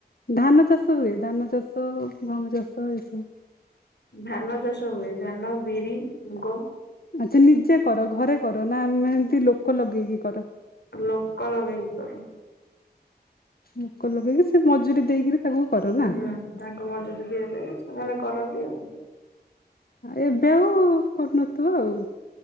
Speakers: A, on the left; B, on the left.
A: ଧାନ ଚାଷ ହୁଏ ଧାନ ଚାଷ ଗହମ ଚାଷ ଏ ସବୁ
B: ଧାନ ଚାଷ ହୁଏ ଧାନ ବିରି ମୁଗ
A: ଆଛା ନିଜେ କର ଘରେ କର ନାମେ ଏମତି ଲୋକ ଲଗେଇକି କର।
B: ଲୋକ ଲଗେଇକି କରୁ।
A: ଲୋକ ଲଗେଇକି ସେ ମଜୁରୀ ଦେଇକରି ତାକୁ କର
B: ହୁଁ
A: ନା
B: ତାଙ୍କୁ ମଜୁରୀ ଦିବେ ସେମାନେ କରନ୍ତି ଆଉ।
A: ଏବେ ଆଉ କରୁନଥିବ ଆଉ।